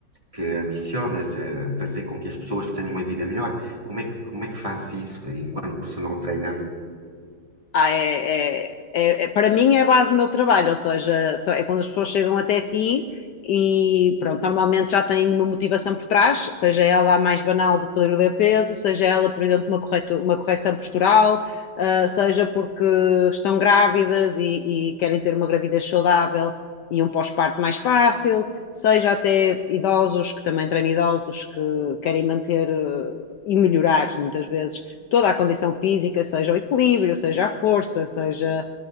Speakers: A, on the right (about 15°); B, on the left (about 70°).
A: que ambicionas eh, fazer com que as pessoas tenham uma vida melhor. Como é que, como é que fazes isso enquanto personal trainer?
B: Ah, é, é- é- é- para mim é a base do meu trabalho, ou seja, só- é quando as pessoas chegam até ti e pronto, normalmente já têm uma motivação por trás, seja ela a mais banal de perder peso, seja ela, por exemplo, uma, correto- uma correção postural, ah, seja porque estão grávidas e, e querem ter uma gravidez saudável e um pós-parto mais fácil, seja até idosos, que também treino idosos que querem manter, eh, e melhorar muitas vezes toda a condição física, seja o equilíbrio, seja a força, seja